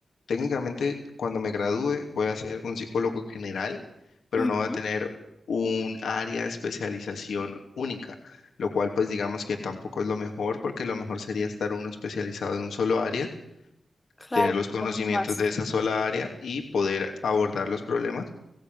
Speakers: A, on the left; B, on the left.
A: técnicamente cuando me gradúe voy a ser un psicólogo general, pero
B: Ujú.
A: no voy a tener un área de especialización única, lo cual pues digamos que tampoco es lo mejor porque lo mejor sería estar uno especializado en un solo área.
B: Claro,
A: tener los conocimientos
B: como más.
A: de
B: ujú.
A: esa sola área y poder abordar los problemas